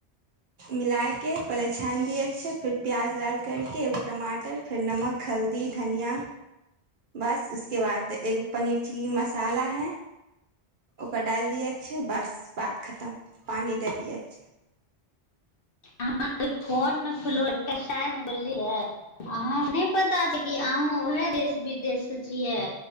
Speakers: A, on the right (about 55°); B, on the left (about 60°).
A: मिलएके पल छानि दिय अच्छा फेर प्याज ाल करके एगो टमाटर फेर नमक हल्दी धनिया बस उसके बाद एगो पनीर चिली मसाला है ओकरा ड छै बस बात खतम पानि दए दिैके छै
B: अहा कोन फो कसाय मे बोली है अहां नहि पता छै की अहं उहे विदेश से छियै